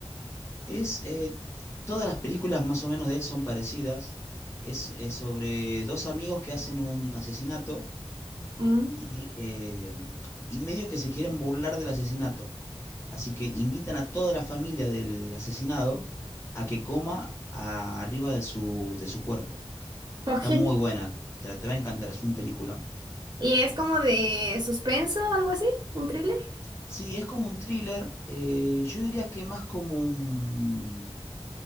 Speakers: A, on the left; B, on the right.
A: Es, eh, todas las películas más o menos de él son parecidas. Es, eh, sobre dos amigos que hacen un asesinato
B: Mm,
A: y, eh, y medio que se quieren burlar del asesinato. Así que invitan a toda la familia del asesinado a que coma a- arriba de su, de su cuerpo.
B: <laughs> ok.
A: Está muy buena, te, te va a encantar, es un peliculón.
B: ¿Y es como de suspenso o algo así? ¿Un thriller?
A: Sí, es como un thriller, eh, yo diría que más como un,